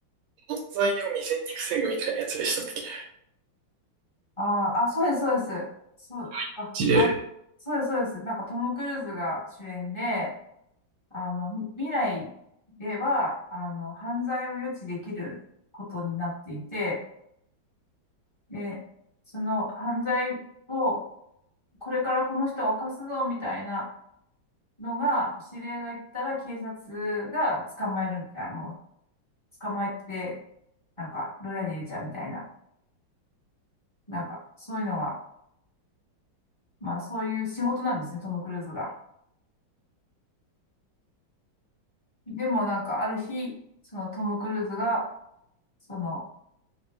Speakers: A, on the right; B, on the left.
A: 犯罪を未然に防ぐみたいなやつでしたっけ
B: あーあ、そうです、そうです。そう、
A: マジで。
B: あ、あ、そうです、そうです。なんかトム・クルーズが主演で、あの、み未来では、あの、犯罪を予知できることになっていて、で、その犯罪を、これからこの人を犯すぞ、みたいなのが、指令が言ったら警察が捕まえるみたいな、もう、捕まえて、なんか、牢屋に入れちゃうみたいな、なんか、そういうのが、まあそういう仕事なんですね、トム・クルーズが。でもなんかある日、そのトム・クルーズが、その、